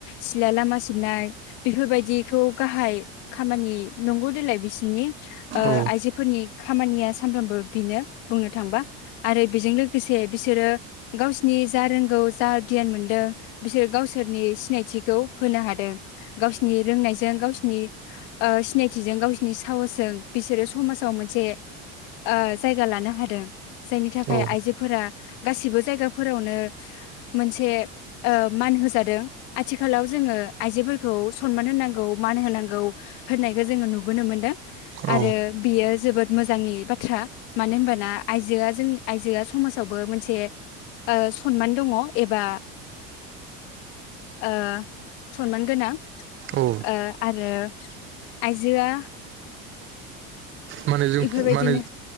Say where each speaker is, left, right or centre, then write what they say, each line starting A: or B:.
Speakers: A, on the left; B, on the right.
A: सिला लामा सिबनाय बेफोरबायदिखौब गाहाय खामानि नंगौ देलाय बिस सिनि ओ
B: औ
A: आइजोफोरनि खामानिया सानफ्रामबोब बिनो बुंनो थांबा आरो बेजों लोगोसे बिसोरो गावसिनि जा रोंगौ जा गियान मोनदों बिसोरो गावसोरनि सिनायथिखौ होनो हादों गावसिनि रोंनायजों गावसिनि ओ सिनायथिजों गावसिनि साहसजों बिसोरो समाजाव मोनसे ओज जायगा लानो हादों जायनि थाखाय
B: औ
A: आइजोफोरा गासिबो जायगाफोरावनो मोनसे ओ मान होजादों आथिखालाव जोंङो आइजोफोरखौ सनमान होनांगौ मान होनांगौ होननायखो जोंङो नुबोनो मोनदों
B: औ
A: आरो बियो जोबोद मोजांनि बाथ्रा। मानो होनबाना आइजोआ जों आइजोआ समाजावबो मोनसे ओ सनमान दङ एबा ओ सनमान गोनां
B: औ
A: ओ आरो आइजोआ।
B: माने जों
A: इफोरबायदिनो
B: माने